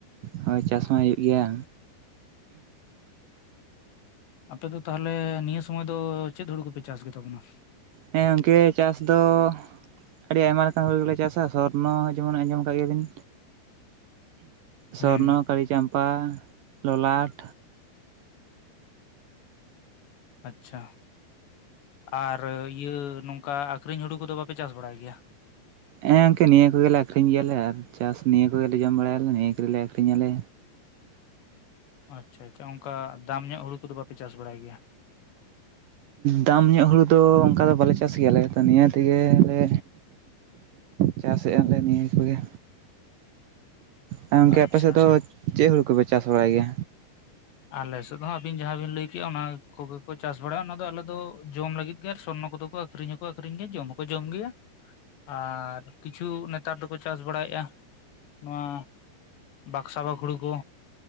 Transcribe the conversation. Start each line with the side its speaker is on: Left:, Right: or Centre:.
Right: ᱦᱳᱭ ᱪᱟᱥ ᱢᱟ ᱦᱩᱭᱩᱜ ᱜᱮᱭᱟ᱾
Left: ᱟᱯᱮ ᱫᱚ ᱛᱟᱦᱚᱞᱮ ᱱᱤᱭᱟᱹ ᱥᱚᱢᱚᱭ ᱫᱚ ᱪᱮᱫ ᱦᱩᱲᱩ ᱠᱚᱯᱮ ᱪᱟᱥ ᱜᱮ ᱛᱟᱵᱚᱱᱟ?
Right: ᱦᱮᱸ ᱜᱚᱝᱠᱮ ᱪᱟᱥ ᱫᱚ ᱟᱹᱰᱤ ᱟᱭᱢᱟ ᱞᱮᱠᱟᱱ ᱦᱩᱲᱩ ᱜᱮᱞᱮ ᱪᱟᱥᱟ ᱥᱚᱨ ᱥᱚᱨᱱᱚ ᱡᱮᱢᱚᱱ ᱟᱸᱡᱚᱢ ᱠᱟᱜ ᱜᱮᱭᱟᱵᱤᱱ
Left: ᱦᱩᱸ
Right: ᱥᱚᱨᱱᱚ ᱠᱟᱹᱨᱤ ᱪᱟᱢᱯᱟ ᱞᱚᱞᱟᱴ᱾
Left: ᱟᱪᱪᱷᱟ ᱟᱨ ᱤᱭᱟᱹ ᱱᱚᱝᱠᱟ ᱟᱹᱠᱷᱨᱤᱧ ᱦᱩᱲᱩ ᱠᱚᱫᱚ ᱵᱟᱯᱮ ᱪᱟᱥ ᱵᱟᱲᱟᱭ ᱜᱮᱭᱟ?
Right: ᱮᱸᱻ ᱜᱚᱝᱠᱮ ᱱᱤᱭᱟᱹ ᱠᱚᱜᱮᱞᱮ ᱟᱠᱷᱨᱤᱧ ᱜᱮᱭᱟᱞᱮ ᱟᱨ ᱪᱟᱥ ᱱᱤᱭᱟᱹ ᱠᱚᱜᱮᱞᱮ ᱡᱚᱢ ᱵᱟᱲᱟᱭᱟᱞᱮ ᱱᱤᱭᱟᱹ ᱠᱚᱜᱮᱞᱮ ᱟᱹᱠᱷᱟᱨᱤᱧ ᱟᱞᱮ᱾
Left: ᱟᱪᱪᱷᱟ ᱟᱪᱪᱷᱟ ᱚᱱᱠᱟ ᱫᱟᱢ ᱧᱚᱜ ᱦᱩᱲᱩ ᱠᱚᱫᱚ ᱵᱟᱯᱮ ᱪᱟᱥ ᱵᱟᱲᱟᱭ ᱜᱮᱭᱟ?
Right: ᱫᱟᱢ ᱧᱚᱜ ᱦᱩᱲᱩ ᱫᱚ ᱚᱱᱠᱟ ᱫᱚ ᱵᱟᱞᱮ ᱪᱟᱥ ᱜᱮᱭᱟᱞᱮ ᱱᱤᱭᱟᱹ ᱛᱮᱜᱮ ᱞᱮ ᱪᱟᱥᱮᱫ ᱞᱮ ᱱᱤᱭᱟ ᱠᱚᱜᱮ᱾ ᱜᱚᱝᱠᱮ
Left: ᱟᱪᱪᱷᱟ
Right: ᱟᱯᱮᱥᱮᱫ ᱫᱚ ᱪᱮᱫ ᱦᱩᱲᱩ ᱠᱚᱯᱮ ᱪᱟᱥ ᱵᱟᱲᱟᱭ ᱜᱮᱭᱟ?
Left: ᱟᱞᱮᱥᱮᱫ ᱦᱚᱸ ᱟᱵᱤᱱ ᱡᱟᱦᱟᱸ ᱵᱤᱱ ᱞᱟᱹᱭᱠᱮᱜᱼᱟ ᱚᱱᱟ ᱠᱚᱜᱮ ᱠᱚ ᱪᱟᱥ ᱵᱟᱲᱟᱭᱼᱟ ᱚᱱᱟ ᱫᱚ ᱟᱞᱮ ᱫᱚ ᱡᱚᱢ ᱞᱟᱹᱜᱤᱫ ᱜᱮ ᱟᱨ ᱥᱚᱨᱱᱚ ᱠᱚᱫᱚ ᱟᱠᱷᱨᱤᱧ ᱦᱚᱸᱠᱚ ᱟᱠᱷᱨᱤᱧ ᱜᱮᱭᱟ ᱡᱚᱢ ᱦᱚᱸᱠᱚ ᱡᱚᱢ ᱜᱮᱭᱟ᱾ ᱟᱨ ᱠᱤᱪᱷᱩ ᱱᱮᱛᱟᱨ ᱫᱚᱠᱚ ᱪᱟᱥ ᱵᱟᱲᱟᱭᱮᱜᱼᱟ ᱱᱚᱣᱟ ᱵᱟᱠᱥᱟ ᱵᱟᱸᱠ ᱦᱩᱲᱩ ᱠᱚ,